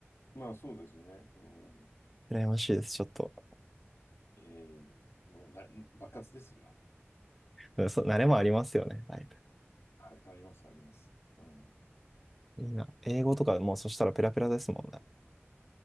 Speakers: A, on the left; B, in the centre.
A: まあそうですね。うん、
B: 羨ましいです、ちょっと。
A: えーもうな、爆発ですよ。
B: うんそう、慣れもありますよね、だい
A: はい、あります、あります。うん、
B: ぶ。いいな。英語とかもうそしたらペラペラですもんね。